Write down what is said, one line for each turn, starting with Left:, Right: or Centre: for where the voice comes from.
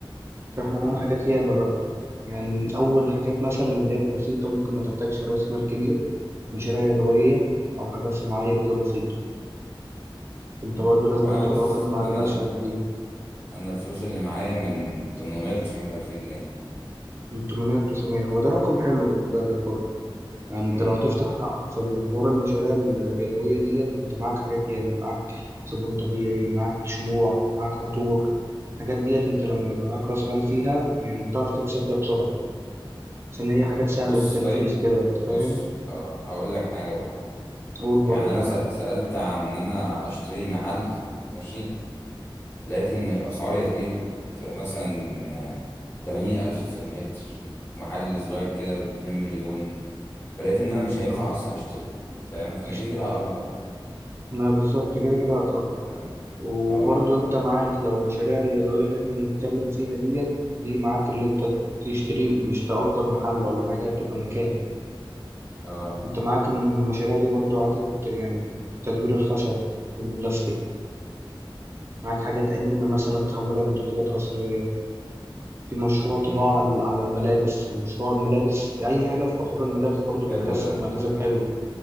Right: فإحنا معانا
Left: م-
Right: حاجات ياما بقى يعني من أول حاجات مثلا اللي هي البسيطة ممكن ما تحتاجش رأس مال كبير مشاريع
Left: م-
Right: يدوية أو حاجات صناعية كده بسيطة أنت
Left: م-
Right: برضه لازم
Left: طب انا
Right: تبقى
Left: ببص
Right: واخد معلومات
Left: انا
Right: شبه دي
Left: انا الفلوس اللي معايا من 800 ل 900 الف جنيه
Right: من 800 900 هو ده رقم حلو خد بالك برضه يعني انت
Left: م-
Right: لو هتفتح في الحوار المشاريع ال- اليدويه ديت انت معاك حاجات ياما معاك صابون طبيعي معاك شموع معاك عطور الحاجات ديت انت لما يبقى معاك راس مال فيها يعني بتعرف تكسب فيها بسرعه عشان هي
Left: م-
Right: حاجات سهله
Left: بص
Right: التنفيذ
Left: طيب
Right: كده انت
Left: بص
Right: فاهم
Left: أه، هقول لك حاجة برضه
Right: قول برضه
Left: يعني انا
Right: معاك
Left: سأ- سألت عن ان انا اشتري محل ماشي لقيت ان الاسعار يا زميلي تبقى مثلا تمانين الف في المتر محل صغير كده باتنين مليون فلقيت ان انا مش هينفع
Right: طب
Left: اصلا اشتري فاهم فانا
Right: تش-
Left: كده كده هأجر
Right: ما بالظبط كده كده هتأجر
Left: فاهم
Right: وبرضه
Left: اه
Right: انت معاك لو مشاريع اليدويه اللي احنا بنتكلم فيها ديت دي معاك اللي انت تشتري مش تأجر محل ولا حاجه هتبقى مكان
Left: اه
Right: انت معاك الم- المشاريع دي برضو إعادة يعني تدوير الخشب والبلاستيك معاك حاجات قديمة مثلا تحولها لمنتجات عصرية في مشروع
Left: امم
Right: طباعة
Left: إمم.
Right: على على الملابس مشروع الملابس أي حاجة في حوار الملابس برضو بتكسب
Left: حلو ده
Right: مكاسب حلوة